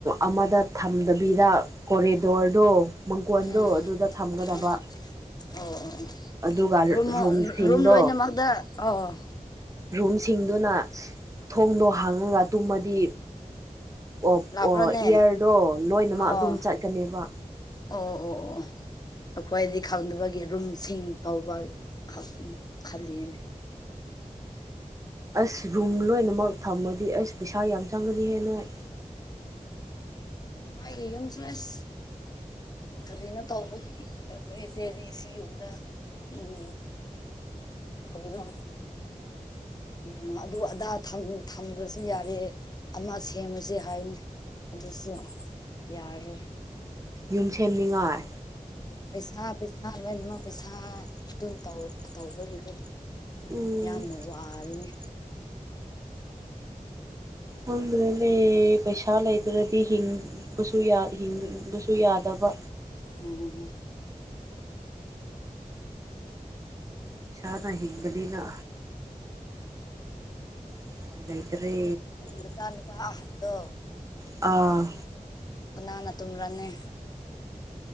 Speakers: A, on the right (about 25°); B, on the left (about 30°).
A: ꯑꯃꯗ ꯊꯝꯗꯕꯤꯗ ꯀꯣꯔꯤꯗꯣꯔꯗꯣ ꯃꯪꯒꯣꯟꯗꯣ
B: ꯎꯝ
A: ꯑꯗꯨꯗ ꯊꯝꯒꯗꯕ
B: ꯎꯝ ꯑꯣ ꯑꯣ
A: ꯑꯗꯨꯒ
B: ꯔꯨꯝ
A: ꯔꯨꯝꯁꯤꯡꯗꯣ
B: ꯔꯨꯝ ꯂꯣꯏꯅꯃꯛꯇ ꯑꯣ
A: ꯔꯨꯝꯁꯤꯡꯗꯨꯅ ꯊꯣꯡꯗꯣ ꯍꯥꯡꯉꯒ ꯇꯨꯝꯃꯗꯤ ꯑꯣ
B: ꯂꯥꯛꯄ꯭ꯔꯥꯅꯦ
A: ꯑꯣ ꯏꯌꯥꯔꯗꯣ ꯂꯣꯏꯅꯃꯛ
B: ꯑꯣ
A: ꯑꯗꯨꯝ ꯆꯠꯀꯅꯤꯕ
B: ꯑꯣ ꯑꯣ ꯑꯣ ꯑꯩꯈꯣꯏꯗꯤ ꯈꯪꯗꯕꯒꯤ ꯔꯨꯝꯁꯤꯡ ꯇꯧꯕ ꯈꯛ ꯈꯜꯂꯤꯌꯦꯅꯦ
A: ꯑꯁ ꯔꯨꯝ ꯂꯣꯏꯅꯃꯛ ꯊꯝꯃꯗꯤ ꯑꯩꯁ ꯄꯩꯁꯥ ꯌꯥꯝ ꯆꯪꯒꯅꯤ ꯍꯦ ꯅꯣꯏ
B: ꯃꯥꯒꯤ ꯌꯨꯝ ꯁꯦ ꯑꯁ ꯀꯔꯤ‌ꯅ‌ꯣ ꯇꯧꯕꯒꯤ ꯑꯩꯈꯣꯏꯁꯦ ꯍꯧꯖꯤꯛ ꯁꯤꯒꯤ ꯌꯨꯝꯗ ꯎꯝ ꯀꯔꯤꯅꯣ ꯎꯝ ꯑꯗꯨ ꯑꯗꯥ ꯊꯝ ꯊꯝꯗ꯭ꯔꯁꯨ ꯌꯥꯔꯦ ꯑꯃ ꯁꯦꯝꯃꯁꯦ ꯍꯥꯏꯅꯦ ꯑꯗꯨꯁꯨ ꯌꯥꯔꯣꯏ
A: ꯌꯨꯝ ꯁꯦꯝꯅꯤꯡꯉꯥꯏ
B: ꯄꯩꯁꯥ ꯄꯩꯁꯥ ꯂꯣꯏꯅꯃꯛ ꯄꯩꯁꯥ ꯑꯗꯨꯝ ꯇꯧ ꯇꯧꯕꯒꯤꯀꯣ
A: ꯎꯝ
B: ꯌꯥꯝꯅ ꯋꯥꯔꯦꯅꯦ
A: ꯈꯪꯗ꯭ꯔꯦꯅꯦ ꯄꯩꯁꯥ ꯂꯩꯇꯔꯗꯤ ꯍꯤꯡ ꯗꯨꯁꯨ ꯌꯥ ꯍꯤꯡꯕꯁꯨ ꯌꯥꯗꯕ
B: ꯎꯝ
A: ꯄꯩꯁꯥꯅ ꯍꯤꯡꯕꯅꯤꯅ ꯎꯄꯥꯏ ꯂꯩꯇ꯭ꯔꯦ
B: ꯅꯆꯥ ꯅꯨꯄꯥ ꯑꯍꯟꯗꯣ
A: ꯑꯥ
B: ꯀꯅꯥꯅ ꯇꯨꯝꯕ꯭ꯔꯅꯦ